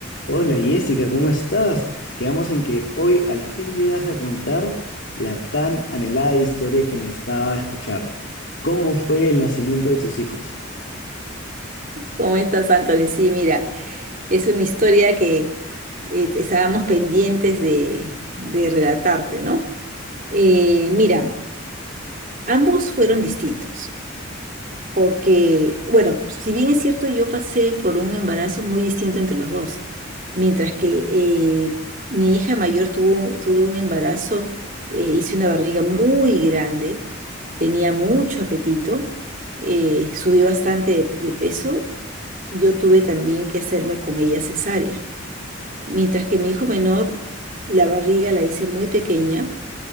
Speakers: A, on the left (about 60°); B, on the right (about 40°).
A: Hola Jessica, ¿cómo estás? Quedamos en que hoy al fin me ibas a contar la tan anhelada historia que necesitaba escuchar. ¿Cómo fue el nacimiento de tus hijos?
B: ¿Cómo estás, Anthony? Sí, mira, es una historia que eh, estábamos pendientes de, de relatarte, ¿no? Eh, mira, ambos fueron distintos, porque, bueno, si bien es cierto, yo pasé por un embarazo muy distinto entre los dos, mientras que eh, mi hija mayor tuvo, tuvo un embarazo, eh, hice una barriga muy grande, tenía mucho apetito, eh, subí bastante de de peso yo tuve también que hacerme con ella cesárea. Mientras que mi hijo menor, la barriga la hice muy pequeña,